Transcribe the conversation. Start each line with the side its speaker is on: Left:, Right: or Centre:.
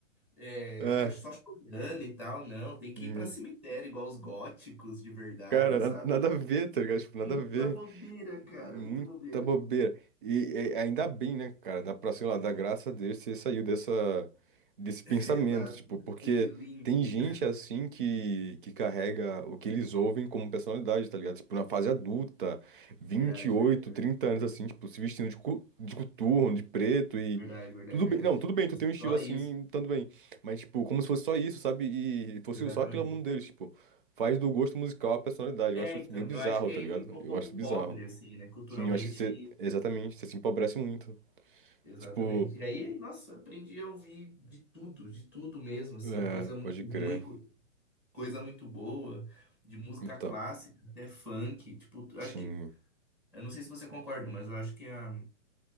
Centre: é,
Right: É.
Centre: fica só chorando e tal, não, tem que
Right: hum.
Centre: ir pra cemitério, igual os góticos de verdade,
Right: Cara, na-
Centre: sabe?
Right: nada, a ver, tá ligado? Tipo, nada
Centre: Muita
Right: a ver.
Centre: bobeira,
Right: Muita
Centre: cara, muita bobeira.
Right: bobeira. E, e ainda bem, né, cara? Dá pra, sei lá, dar graça a Deus você saiu dessa, desse pensamento,
Centre: <laughs> Exato.
Right: tipo, porque
Centre: Esse limbo.
Right: tem gente assim que, que carrega o que eles ouvem como personalidade, tá ligado? Tipo, na fase adulta, vinte
Centre: Verdade,
Right: e oito
Centre: verdade, verdade.
Right: trinta anos assim, tipo, se vestindo de, cu- de coturno, de preto e.
Centre: Verdade, verdade,
Right: Tudo
Centre: verdade.
Right: bem, não, tudo bem, tu tem um estilo
Centre: Só
Right: assim,
Centre: isso,
Right: tanto bem. Mas, tipo, como se fosse só isso, sabe? E fosse
Centre: exatamente.
Right: só aquilo ao mundo deles, tipo, faz do gosto musical a personalidade.
Centre: É,
Right: Eu acho
Centre: então,
Right: isso meio bizarro,
Centre: eu acho que
Right: tá
Centre: aí
Right: ligado?
Centre: fica um
Right: Eu
Centre: pouco
Right: acho bizarro.
Centre: pobre, assim, né? Culturalmente,
Right: Sim, eu acho que você. Exatamente, você se empobrece muito.
Centre: exatamente.
Right: Tipo,
Centre: E aí, nossa, aprendi a ouvir de tudo, de tudo mesmo, assim,
Right: é,
Centre: coisa muito
Right: pode
Centre: ruim,
Right: crer.
Centre: co- coisa muito boa, de música
Right: Então,
Centre: clássica até funk. Tipo, eu
Right: sim.
Centre: acho que, eu não sei se você concorda, mas eu acho que a